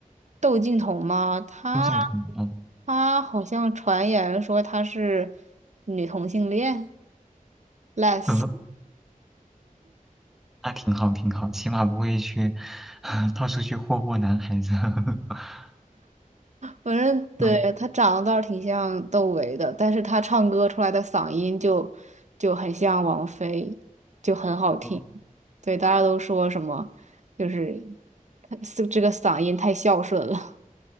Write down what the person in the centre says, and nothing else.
窦靖童，哦，
呃，
那挺好挺好，起码不会去 <laughs> 到处去霍霍男孩子。<laughs>
嗯，
哦